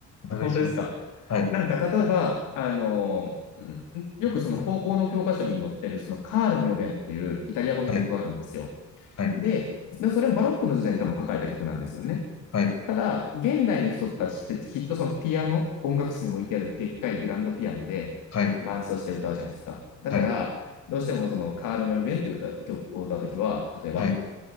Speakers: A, on the left; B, on the left.
A: お願いします。
B: あ本当ですか
A: はい。
B: なんか、例えば、あの、うんよくその高校の教科書に載ってる、
A: はい。
B: そのカール・ミョベンっていうイタリア語の曲があるんですよ。
A: はい。はい。
B: で、でそれもバロックの時代に多分書かれた曲なんですよね。
A: はい。
B: ただ、現代の人たちってきっとそのピアノ、音楽室に置いてあるでっかいグランドピアノで伴奏して歌うじゃないですか。
A: はい。
B: だから、
A: はい。
B: どうしてもそのカール・ミョベンっていう歌曲を歌うときは、例えば、
A: はい。